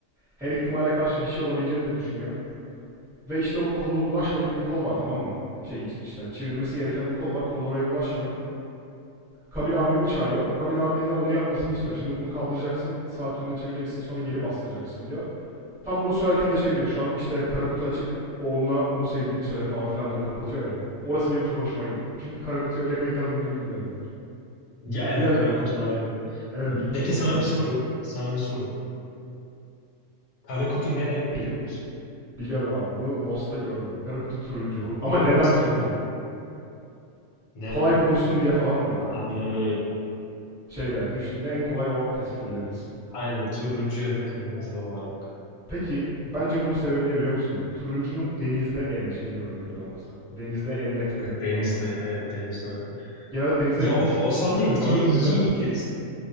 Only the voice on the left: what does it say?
Ya evet
kara kutular öyle.
Peki
sana
bir soru. Sana bir soru. Kara kutu ne renk biliyor musun?
Bu,
bunu
Lobster
mı yani? Neden?
Aynen
öyle.
Aynen turuncu ya da kırmızı olarak.
Denizde,
evet denizde önemli.
Ya
o, o sahne
etkileyiciydi.